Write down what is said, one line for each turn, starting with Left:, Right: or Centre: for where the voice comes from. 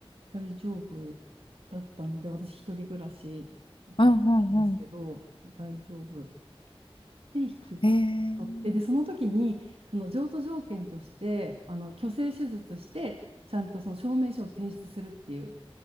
Right: 大丈夫だったので、私一人暮らしだったんですけど、
Left: うんうんうん。
Right: 大丈夫。で、引き取って、
Left: へえ。
Right: で、その時に、その譲渡条件として、あの、去勢手術して、ちゃんとその証明書を提出するっていう